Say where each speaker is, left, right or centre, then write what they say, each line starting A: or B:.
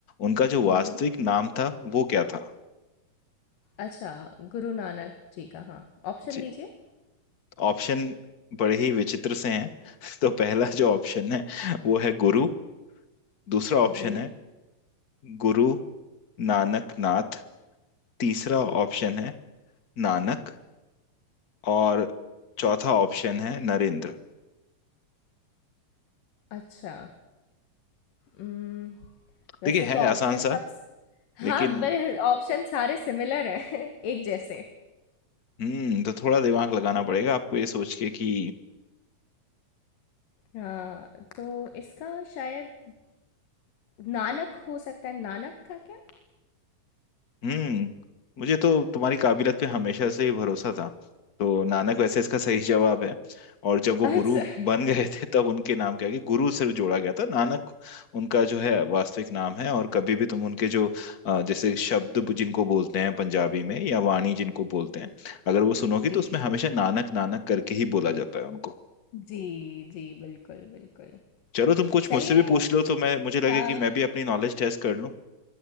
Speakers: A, on the left; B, on the left.
A: उनका जो वास्तविक
B: हम्म
A: नाम था वो क्या था
B: अच्छा गुरु नानक जी का हाँ ऑप्शन
A: जी
B: दीजिए
A: ऑप्शन बड़े ही विचित्र से हैं <laughs> तो पहला जो ऑप्शन है वो है गुरु दूसरा ऑप्शन
B: जी
A: है गुरु नानक नाथ तीसरा
B: ओके
A: ऑप्शन है नानक और चौथा ऑप्शन है नरेंद्र
B: अच्छा उम्म, वैसे
A: देखिए है
B: तो ऑप्शन
A: आसान सा
B: सब
A: लेकिन
B: हाँ पर ऑप्शन सारे सिमिलर हैं <laughs> एक जैसे
A: हम्म तो थोड़ा दिमाग लगाना पड़ेगा आपको ये सोच के कि
B: हाँ तो इसका शायद नानक हो सकता है नानक था क्या
A: हम्म मुझे तो तुम्हारी काबिलियत पे हमेशा से ही भरोसा था तो नानक वैसे इसका सही जवाब है और
B: <laughs>
A: जब वो
B: अच्छा
A: गुरु बन गए थे तब उनके नाम क्या कि गुरु सिर्फ जोड़ा गया था नानक उनका जो है वास्तविक नाम है और कभी भी तुम उनके जो अ, जैसे शब्द बु- जिनको बोलते हैं पंजाबी में या वाणी जिनको बोलते हैं अगर वो सुनोगी
B: जी
A: तो उसमें
B: जी
A: हमेशा नानक नानक करके ही बोला जाता है उनको
B: जी, जी, बिल्कुल, बिल्कुल।
A: चलो तुम कुछ
B: चलिए
A: मुझसे भी पूछ लो तो मैं मुझे लगे
B: हाँ,
A: कि मैं भी अपनी नॉलेज टेस्ट कर लूं